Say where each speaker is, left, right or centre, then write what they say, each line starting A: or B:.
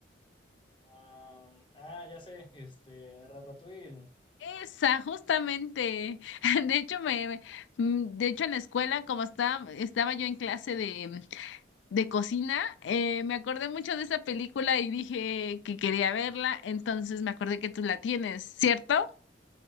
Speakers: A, on the left; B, on the left.
A: Am, ah, ya sé, este, Ratatouille.
B: Esa, justamente. <laughs> De hecho, me, me- mm, de hecho en la escuela, como estaba, estaba yo en clase de, de cocina, eh, me acordé mucho de esa película y dije que quería verla, entonces me acordé que tú la tienes, ¿cierto?